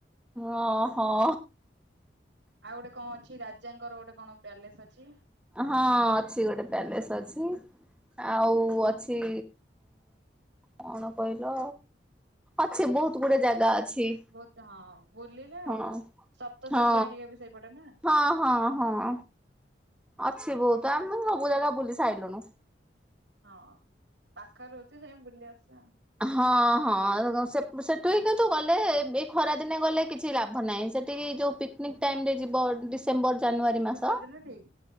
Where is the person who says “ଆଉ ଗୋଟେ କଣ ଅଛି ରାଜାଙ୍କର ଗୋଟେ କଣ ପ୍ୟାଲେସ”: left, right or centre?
Right